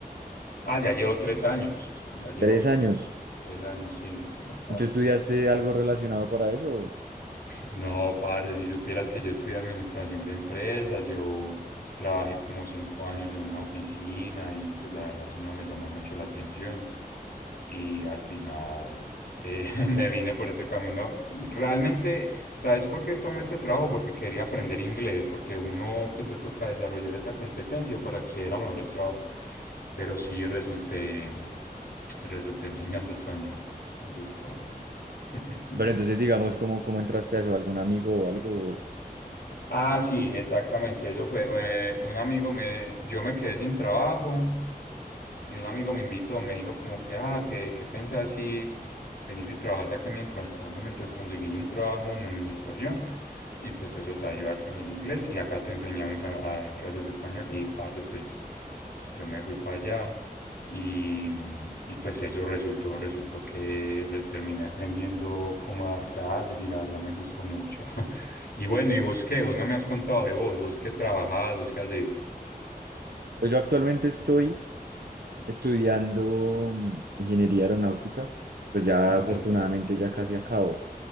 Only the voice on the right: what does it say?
Tres
años.
¿Y tú estudiaste algo relacionado para eso?
Bueno, entonces digamos, ¿cómo, cómo entraste a eso? ¿Algún amigo o algo?
Pues yo actualmente estoy estudiando mm, ingeniería aeronáutica, pues ya
afortunadamente ya casi acabo.